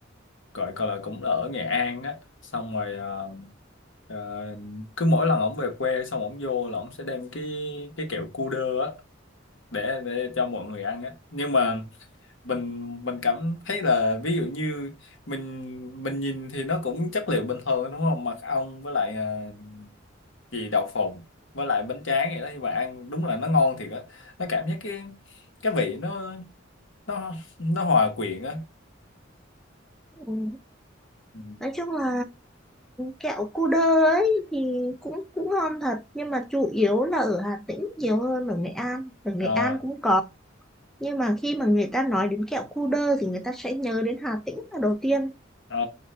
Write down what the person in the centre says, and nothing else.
ừ.
nói chung là kẹo cu đơ ấy thì cũng cũng ngon thật nhưng mà chủ yếu là ở Hà Tĩnh nhiều hơn ở Nghệ An ở Nghệ
An cũng có nhưng mà khi mà người ta nói đến kẹo cu đơ thì người ta sẽ nhớ đến Hà Tĩnh là đầu tiên